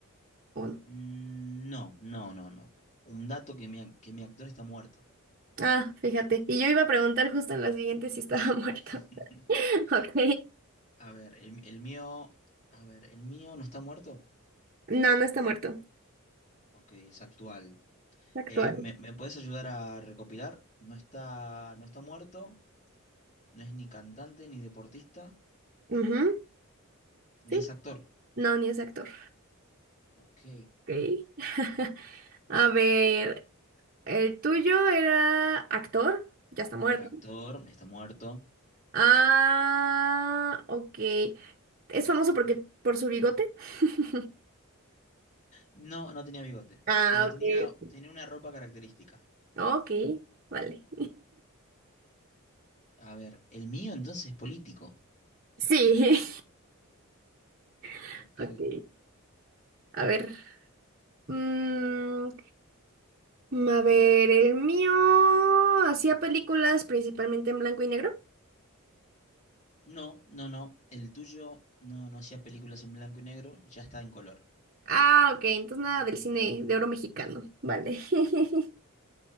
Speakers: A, on the right (about 40°); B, on the left (about 35°).
A: ¿O no?
B: Mm, No, no, no, no. Un dato que mi, ac- que mi actor está muerto.
A: Ah, fíjate. Y yo iba a preguntar justo en la siguiente si estaba <laughs> muerto.
B: <laughs>
A: <laughs> Ok.
B: A ver, el, el mío. A ver, ¿el mío no está muerto?
A: No, no está muerto.
B: Ok, es actual.
A: Está actual.
B: Eh, ¿me, me puedes ayudar a recopilar? No está, no está muerto, no es ni cantante, ni deportista,
A: Ujú,
B: ni
A: Sí.
B: es actor.
A: No, ni es actor.
B: Ok.
A: Ok. <laughs> A ver, el tuyo era actor, ya está muerto.
B: Era actor, está muerto.
A: Ah, ok. ¿Es famoso porque por su bigote? <laughs>
B: No, no tenía bigote,
A: Ah,
B: pero tenía,
A: ok.
B: tenía una ropa característica.
A: Ok, vale.
B: A ver, ¿el mío entonces es político?
A: Sí. <laughs>
B: Ok.
A: Ok. A ver. Mm, a ver, el mío hacía películas principalmente en blanco y negro.
B: No, no, no. El tuyo no, no hacía películas en blanco y negro, ya está en color.
A: Ah, ok, entonces nada del cine de oro mexicano. Vale. <laughs>